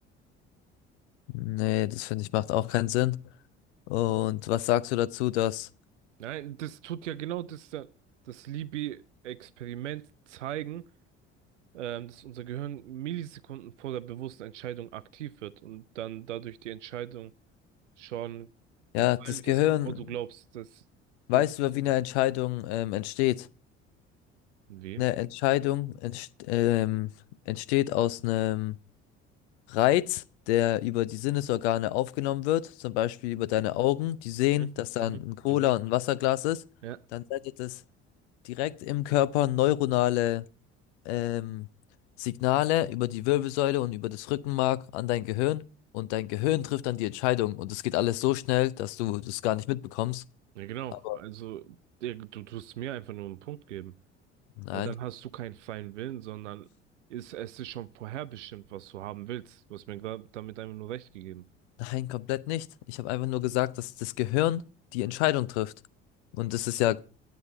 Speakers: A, on the left; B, on the right.
A: Nee, das finde ich macht auch keinen Sinn. Und was sagst du dazu, dass
B: Nein, das tut ja genau das, das Liebig-Experiment zeigen ähm, dass unser Gehirn Millisekunden vor der bewussten Entscheidung aktiv wird und dann dadurch die Entscheidung schon
A: Ja,
B: gefallen
A: das
B: ist,
A: Gehirn
B: bevor du glaubst, dass
A: weiß
B: du die
A: über, wie eine
B: bist.
A: Entscheidung ähm, entsteht.
B: Wie?
A: Eine Entscheidung entst ähm, entsteht aus einem Reiz, der über die Sinnesorgane aufgenommen wird, zum Beispiel über deine Augen, die sehen,
B: Mhm,
A: dass da
B: mhm,
A: ein Cola
B: mhm.
A: und ein Wasserglas ist.
B: Ja.
A: Dann sendet es direkt im Körper neuronale ähm, Signale über die Wirbelsäule und über das Rückenmark an dein Gehirn. Und dein Gehirn trifft dann die Entscheidung. Und es geht alles so schnell, dass du das gar nicht mitbekommst.
B: Ja, genau.
A: Aber
B: Also, der, du tust mir einfach nur einen Punkt geben,
A: nein.
B: weil dann hast du keinen freien Willen, sondern ist, es ist schon vorherbestimmt, was du haben willst. Du hast mir grad damit einfach nur recht gegeben.
A: Nein, komplett nicht. Ich habe einfach nur gesagt, dass das Gehirn die Entscheidung trifft. Und es ist ja